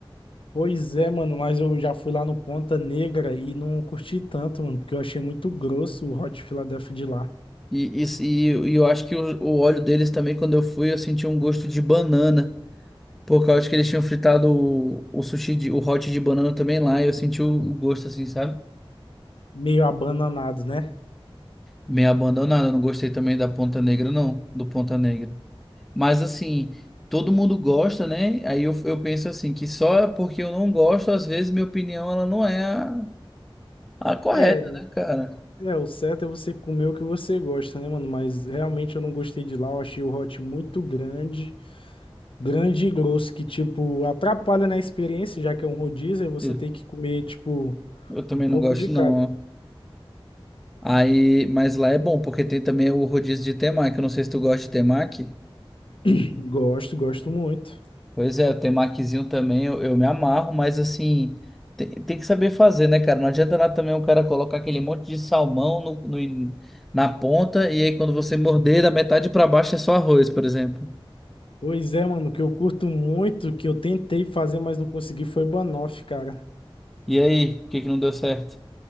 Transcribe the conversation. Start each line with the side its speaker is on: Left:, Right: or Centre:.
Left: Pois é, mano, mas eu já fui lá no Ponta Negra e não curti tanto, mano, porque eu achei muito grosso o Hot Philadelphia de lá.
Centre: E, e, e e eu acho que o, o óleo deles também, quando eu fui, eu senti um gosto de banana. Por causa que eles tinham fritado o, o sushi, de, o hot de banana também lá. E eu senti o, o gosto, assim, sabe?
Left: Meio abananado, né?
Centre: Meio abandonada, não gostei também da Ponta Negra, não, do Ponta Negra. Mas assim, todo mundo gosta, né? Aí eu, eu penso assim, que só porque eu não gosto, às vezes minha opinião ela não é a, a correta,
Left: É,
Centre: né, cara?
Left: é, o certo é você comer o que você gosta, né, mano? Mas realmente eu não gostei de lá, eu achei o Hot muito grande. grande e grosso que, tipo, atrapalha na experiência, já que é um rodízio, aí você
Centre: Eu,
Left: tem que comer, tipo,
Centre: eu também
Left: um pouco
Centre: não gosto,
Left: de cada.
Centre: não. Aí, mas lá é bom, porque tem também o rodízio de temaki. Eu não sei se tu gosta de temaki.
Left: <clears throat> Gosto, gosto muito.
Centre: Pois é, eu tenho maquizinho também, eu, eu me amarro, mas assim, tem, tem que saber fazer, né, cara? Não adianta nada também o cara colocar aquele monte de salmão no, no in- na ponta e aí quando você morder, da metade pra baixo é só arroz, por exemplo.
Left: Pois é, mano, o que eu curto muito, que eu tentei fazer, mas não consegui, foi banoffee, cara.
Centre: E aí, por que que não deu certo?